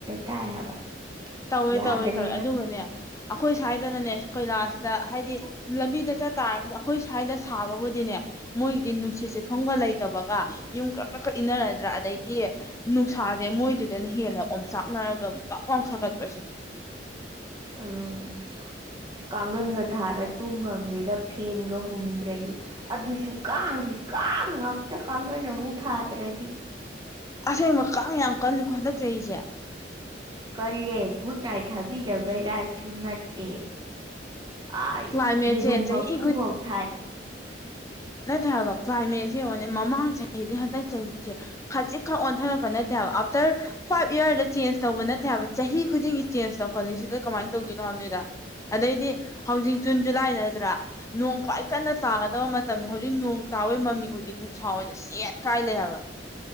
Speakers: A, on the right; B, on the left.
A: ꯇꯥꯏ ꯍꯥꯏꯕ
B: ꯇꯧꯋꯦ
A: ꯌꯥꯗ꯭ꯔꯦꯗ
B: ꯇꯧꯋꯏ ꯇꯧꯋꯦ ꯑꯗꯨꯒꯅ° ꯑꯩꯈꯣꯏ ꯁ꯭ꯋꯥꯏꯗꯅꯅꯦ ꯀꯣꯏꯂꯥꯁꯇ ꯍꯥꯏꯗꯤ ꯂꯝꯕꯤꯗ ꯆꯠꯇꯥꯔꯒ ꯑꯩꯈꯣꯏ ꯁ꯭ꯋꯥꯏꯗ ꯁꯥꯕꯕꯨꯗꯤꯅꯦ ꯃꯣꯏꯒꯤꯗꯤ ꯅꯨꯡꯁꯤꯠ ꯁꯤꯠꯐꯝ ꯂꯩꯇꯕꯒ ꯌꯨꯝ ꯀꯔꯛ ꯀꯔꯛ ꯀꯔꯛ ꯏꯟꯅꯔꯗ꯭ꯔꯥ ꯑꯗꯩꯗꯤ ꯅꯨꯡꯁꯥꯁꯦ ꯃꯣꯏꯗꯨꯗꯅ ꯍꯦꯜꯂ ꯑꯣꯝꯆꯥꯛꯅꯔꯒ ꯄꯥꯛ ꯂꯥꯎ ꯁꯥꯒꯠꯄꯁꯦ
A: ꯑꯅꯦ <unintelligible> ꯀꯥꯡꯒꯟꯒ ꯊꯥꯔꯒ ꯇꯨꯝꯉꯝꯗꯦꯗ ꯐꯦꯟꯒ ꯍꯨꯝꯗ꯭ꯔꯗꯤ ꯑꯗꯨꯁꯨ ꯀꯥꯡꯒꯤ ꯀꯥꯡ ꯉꯥꯛꯇ ꯀꯥꯡꯒꯟ ꯑꯃꯨꯛ ꯊꯥꯗ꯭ꯔꯗꯤ
B: ꯑꯁꯦꯡꯕ ꯀꯥꯡ ꯌꯥꯝ ꯀꯜꯂꯤꯀꯣ ꯍꯟꯗꯛ ꯆꯍꯤꯁꯦ
A: ꯀꯜꯂꯦ ꯒꯨꯗ ꯅꯥꯏꯠ ꯊꯥꯕꯤꯗꯕꯩꯔꯥꯁꯨ ꯅꯠꯇꯦ ꯑꯏ
B: ꯀ꯭ꯂꯥꯏꯃꯦꯠꯁꯦ
A: ꯌꯦꯔꯨꯝ
B: ꯆꯍꯤ
A: ꯃꯀꯨ ꯐꯥꯎ ꯊꯥꯏ
B: ꯅꯠꯇꯕ ꯀ꯭ꯂꯥꯏꯃꯦꯠꯁꯦ ꯌꯦꯡꯉꯣꯅꯦ ꯃꯃꯥꯡ ꯆꯍꯤꯗꯤ ꯍꯟꯗꯛ ꯆꯍꯤꯁꯦ ꯈꯖꯤꯛ ꯈꯛ ꯑꯣꯟꯊꯔꯛꯄ ꯅꯠꯇꯦ ꯍꯥꯏꯕ ꯑꯥꯞꯇꯔ ꯐꯥꯏꯚ ꯏꯌꯥꯔꯗ ꯆꯦꯟꯖ ꯇꯧꯕ ꯅꯠꯇꯦ ꯍꯥꯏꯕ ꯆꯍꯤ ꯈꯨꯗꯤꯡꯒꯤ ꯆꯦꯟꯖ ꯇꯧꯈꯠꯂꯤꯁꯤꯗ ꯀꯃꯥꯏꯅ ꯇꯧꯗꯣꯏꯅꯣ ꯍꯥꯏꯕꯅꯤꯗ ꯑꯗꯩꯗꯤ ꯍꯧꯖꯤꯛ ꯖꯨꯟ ꯖꯨꯂꯥꯏ ꯅꯠꯇ꯭ꯔꯥ ꯅꯣꯡ ꯈ꯭ꯋꯥꯏ ꯀꯟꯅ ꯇꯥꯒꯗꯕ ꯃꯇꯝꯅꯤ ꯍꯧꯖꯤꯛ ꯅꯣꯡ ꯇꯥꯕꯒꯤ ꯃꯃꯤꯡ ꯎꯗꯤ ꯅꯨꯡꯁꯥ ꯑꯣꯏꯅ ꯆꯦꯠ ꯀꯥꯏꯂꯩ ꯍꯥꯏꯕ